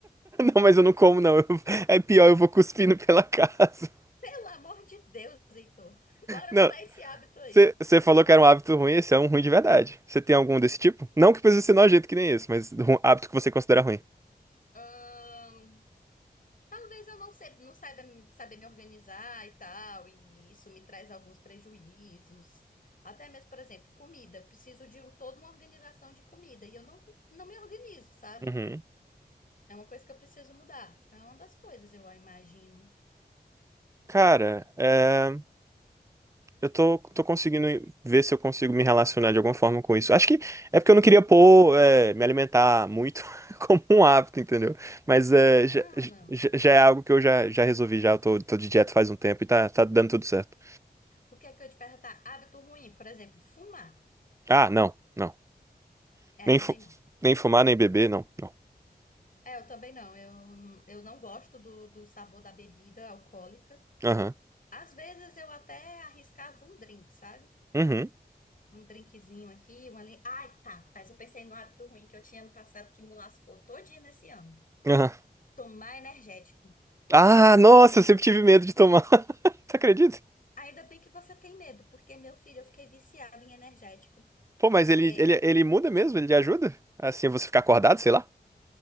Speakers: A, on the right (about 20°); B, on the left (about 55°).
A: Não, mas eu não como, não. Eu- é pior, eu vou cuspindo pela <laughs> casa.
B: Pelo amor de Deus, Heitor. Bora
A: Não,
B: mudar esse hábito aí.
A: você falou que era um hábito ruim, esse é um ruim de verdade. Você tem algum desse tipo? Não que precisa ser nojento que nem esse, mas um hábito que você considera ruim.
B: Ahn, talvez eu não, se- não saiba me- saber me organizar e tal, e isso me traz alguns prejuízos. Até mesmo, por exemplo, comida. Eu preciso de um, toda uma organização de comida e eu não, não me organizo, sabe?
A: Uhum.
B: É uma coisa que eu preciso mudar. É uma das coisas, eu imagino.
A: Cara, é. Eu tô, tô conseguindo ver se eu consigo me relacionar de alguma forma com isso. Acho que é porque eu não queria pôr, é, me alimentar muito <laughs> como um hábito, entendeu? Mas é, já,
B: Não, não.
A: já- já é algo que eu já, já resolvi, já. Eu tô, tô de dieta faz um tempo e tá, tá dando tudo certo.
B: O que é que eu ia te perguntar? Hábito ruim, por exemplo, fumar.
A: Ah, não, não. Nem,
B: É, também
A: fu-
B: não.
A: nem fumar, nem beber, não, não.
B: É, eu também não. Eu, eu não gosto do, do sabor da bebida alcoólica.
A: Aham,
B: Às vezes eu até arriscava um drink, sabe?
A: uhum,
B: Um drinkzinho aqui, uma ali. Ai, tá. Mas eu pensei no hábito ruim que eu tinha ano passado que me lascou todinha nesse ano.
A: aham.
B: Tomar energético.
A: Ah, nossa, eu sempre tive medo de tomar. <laughs> Você acredita?
B: Ainda bem que você tem medo, porque, meu filho, eu fiquei viciada em energético.
A: Pô, mas ele,
B: Que
A: ele, ele muda mesmo? Ele ajuda? Assim, você ficar acordado, sei lá?